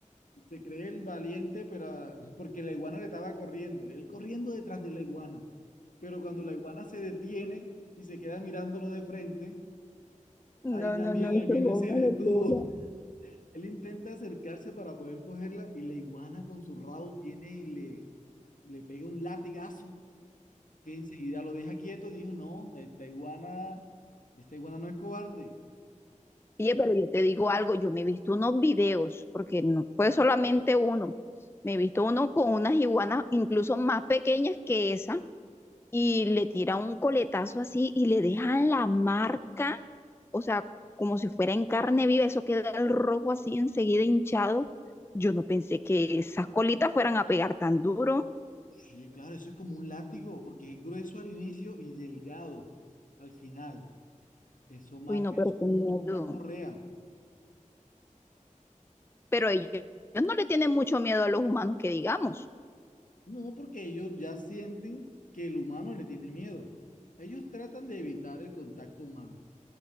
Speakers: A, on the left (about 80°); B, on the left (about 20°).
A: Se cree el valiente, pero <laughs> porque la iguana le estaba corriendo, él corriendo detrás de la iguana. Pero cuando la iguana se detiene y se queda mirándolo de frente,
B: No,
A: ahí también
B: no, no, eso
A: él
B: fue
A: vino y se
B: una
A: detuvo.
B: locura.
A: <laughs> Él intenta acercarse para poder cogerla y la iguana con su rabo viene y le, le pega un latigazo que enseguida lo deja quieto. Dijo, no, esta iguana, esta iguana no es cobarde.
B: Oye, pero yo te digo algo, yo me he visto unos videos, porque no fue solamente uno, me he visto uno con unas iguanas incluso más pequeñas que esa, y le tiran un coletazo así y le dejan la marca, o sea, como si fuera en carne viva, eso queda el rojo así enseguida hinchado. Yo no pensé que esas colitas fueran a pegar tan duro.
A: Sí, claro, eso es como un látigo porque es grueso al inicio y delgado al final. Eso marca,
B: Uy, no, pero
A: es
B: qué
A: como
B: miedo.
A: una correa.
B: Pero ellos, ellos no le tienen mucho miedo a los humanos que digamos.
A: No, porque ellos ya sienten que el humano le tiene miedo. Ellos tratan de evitar el contacto humano,